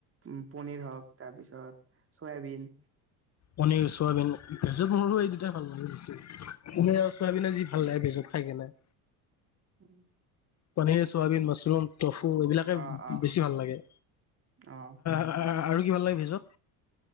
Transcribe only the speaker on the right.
উম পনিৰ হওক তাৰপিছত চয়াবিন।
উম
অ অ
অ